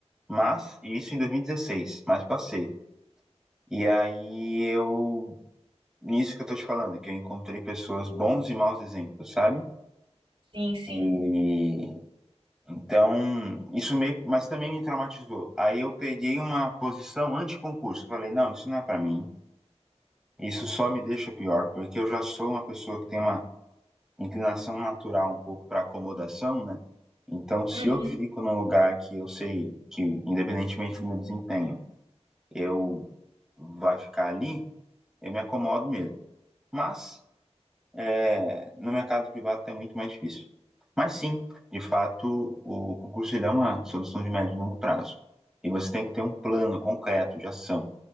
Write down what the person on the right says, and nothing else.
Sim, sim.
Uhum.